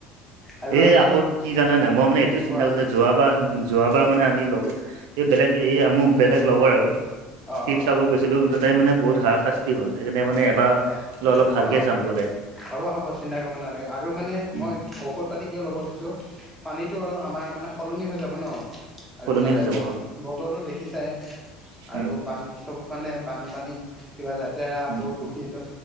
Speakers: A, in the centre; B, on the right.
A: আৰু
B: এই
A: আমি
B: আকৌ
A: অলপ
B: কি জানে নে নাই, মই মানে এইটো
A: কোৱা
B: চিন্তা কৰিছো যোৱাবাৰ-যোৱাবাৰ মানে আমি লগৰ, এই বেলেগ এই মোৰ বেলেগ লগৰ আৰু।
A: অঁ
B: শিৱ-চাগৰ
A: অঁ
B: গৈছিলো ততে, মানে বহুত হাৰা-সা কি হ'ল সেইকাৰণে মানে এবাৰ,
A: অঁ অঁ
B: বোলে অলপ ভালকে
A: হ'ব
B: চাম গ'লে।
A: হ'ব হ'ব চিন্তা কৰিব নালাগে, আৰু মানে
B: উম
A: মই ঔষধ পানী কিয় ল'ব দিছোঁ, পানীটো অলপ আমাৰ মানে সলনি হৈ যাব ন আৰু
B: সলনি
A: তাতে
B: হৈ যাব
A: বত,
B: অ
A: বত ত, দেখিছোই
B: উম
A: আৰু বান চ'ব মানে বানপানী কিবা লেতেৰা।
B: উম
A: বহুত দুখিত,